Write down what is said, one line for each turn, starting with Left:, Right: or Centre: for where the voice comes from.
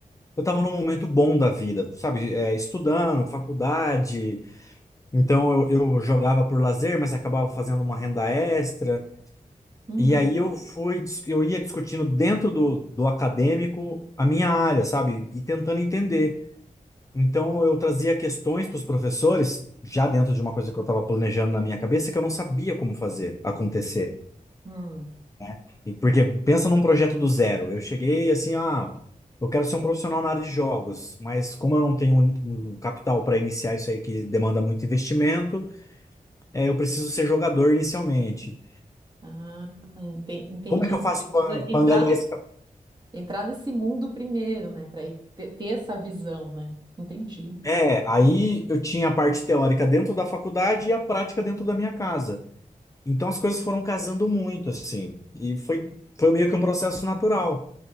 Left: Eu estava num momento bom da vida, sabe? É, estudando, faculdade, então eu, eu jogava por lazer, mas acabava fazendo uma renda extra.
Right: Uhum.
Left: E aí eu fui, dis- eu ia discutindo dentro do, do acadêmico a minha área, sabe? E tentando entender. Então eu trazia questões para os professores, já dentro de uma coisa que eu estava planejando na minha cabeça, que eu não sabia como fazer acontecer,
Right: Hum.
Left: né? E porque pensa num projeto do zero. Eu cheguei assim, ah, eu quero ser um profissional na área de jogos, mas como eu não tenho um, um capital para iniciar isso aí que demanda muito investimento, eh, eu preciso ser jogador inicialmente.
Right: Ah, enten- entendi.
Left: Como é que eu faço
Right: Você precisa
Left: para
Right: entrar,
Left: angariar
Right: ne-
Left: esse
Right: entrar nesse mundo primeiro, né? Para ter, ter essa visão, né? Entendi.
Left: É, aí eu tinha a parte teórica dentro da faculdade e a prática dentro da minha casa. Então as coisas foram casando muito, assim. E foi, foi meio que um processo natural.